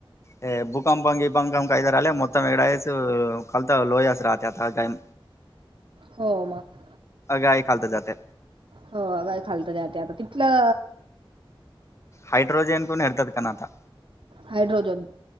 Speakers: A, on the left (about 30°); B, on the right (about 65°).
A: हे भूकंपं ह पंख पंखा इधर आले मत एढा कल तर लोहच राहते आताय.
B: हो मग
A: गाय खालत जाते
B: होगय खालत त्यात. तथल्या
A: हाड्रोजेन को हरतत करथ
B: हाड्रोजन.